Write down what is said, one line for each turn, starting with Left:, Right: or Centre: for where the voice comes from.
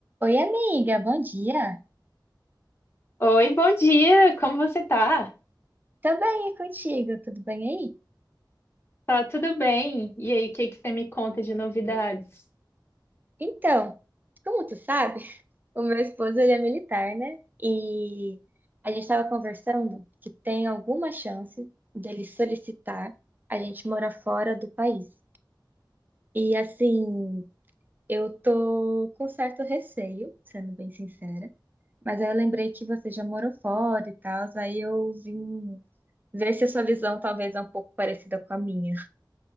Right: Oi, amiga, bom dia.
Left: Oi, bom dia, como você tá?
Right: Tá bem, e contigo? Tudo bem aí?
Left: Tá tudo bem? E aí, o que que você me conta de novidades?
Right: Então, como tu sabe, <laughs> o meu esposo ele é militar, né? E a gente estava conversando que tem alguma chance dele solicitar a gente morar fora do país. E assim, eu tô com certo receio, sendo bem sincera, mas aí eu lembrei que você já morou fora e tal, aí eu vim ver se a sua visão talvez é um pouco parecida com a minha.